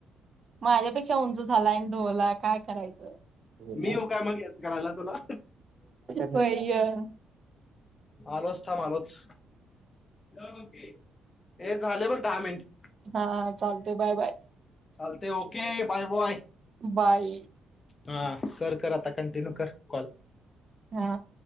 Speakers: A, on the right; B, on the left.
A: माझ्यापेक्षा उंच झालाय बोला काय करायचं ढोला
B: मी येऊ काय मग हेल्प करायला तुला
A: होयय
B: आलोच थमलोच तेच झाल्यावरर दहा मिनिट
A: हा चालते बाय बाय
B: चालते ओके बाय बाय
A: बाय
B: हा कर कर आता कंटिन्यू कर कॉल
A: हा